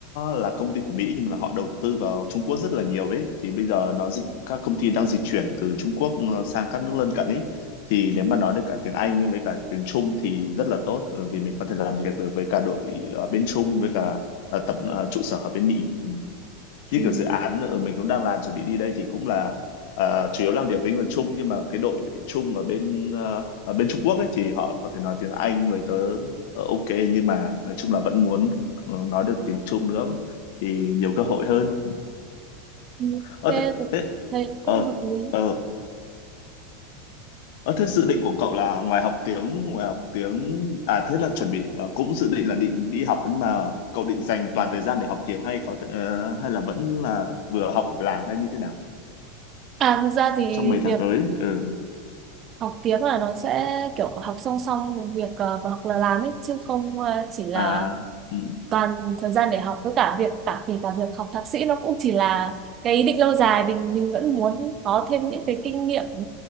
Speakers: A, on the left; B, on the right.
A: là công ty của Mỹ nhưng mà họ đầu tư vào Trung Quốc rất là nhiều ấy thì bây giờ nó dịch các công ty đang dịch chuyển từ Trung Quốc ờ, sang các nước lân cận ấy thì nếu mà nói được cả tiếng Anh với cả tiếng Trung thì rất là tốt ừ, vì mình có thể làm việc được với cả đội ở bên Trung với cả ờ, tập ờ, trụ sở ở bên Mỹ như
B: Ừ.
A: kiểu dự án ở mình cũng đang làm chuẩn bị đi đây thì cũng là ờ, chủ yếu làm việc với người Trung nhưng mà cái đội Trung ở bên ờ, ở bên Trung Quốc ấy thì họ có thể nói tiếng Anh với tớ ờ, ok nhưng mà nói chung là vẫn muốn ờ, nói được tiếng Trung nữa thì nhiều cơ hội hơn.
B: Ừ,
A: Ờ
B: thế
A: thế
B: tôi
A: thế
B: thấy cũng
A: ờ
B: hợp lý
A: ờ ờ, thế dự định của cậu là ngoài học tiếng ngoài học tiếng à thế là chuẩn bị ờ, cũng dự định là định đi học nhưng mà cậu định dành toàn thời gian để học tiếng hay có thể, ờ, hay là vẫn là vừa học vừa làm hay như thế nào?
B: à thực ra thì
A: trong mấy tháng
B: việc
A: tới ừ.
B: học tiếng là nó sẽ kiểu học song song với việc ờ, học là làm ấy chứ không ờ, chỉ là
A: à ừ.
B: toàn thời gian để học với cả việc cả kể cả việc học thạc sĩ nó cũng chỉ là cái ý định lâu dài mình mình vẫn muốn có thêm những cái kinh nghiệm ừ,